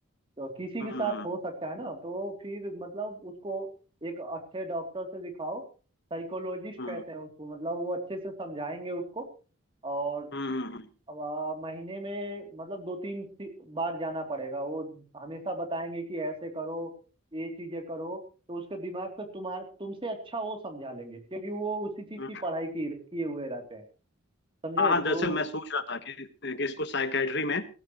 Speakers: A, on the right; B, on the left.
A: तो किसी
B: हम्म
A: के साथ हो सकता है ना तो फिर मतलब उसको एक अच्छे डॉक्टर से दिखाओ साइकोलॉजिस्ट
B: हम्म
A: कहते हैं उसको मतलब वो अच्छे से समझाएंगे उसको और
B: हम्म, हम्म,
A: अब आ, महीने में मतलब दो तीन ती- बार जाना पड़ेगा वो हमेशा बताएंगे कि ऐसे करो ये चीजें करो तो उसके दिमाग को तुम्हारे तुमसे अच्छा वो समझा लेंगे क्योंकि वो उसी चीज
B: हम्म,
A: की पढ़ाई की किए हुए रहते हैं समझे
B: हाँ हाँ
A: तो
B: दरअसल मैं सोच रहा था कि, कि इसको साइकेट्री में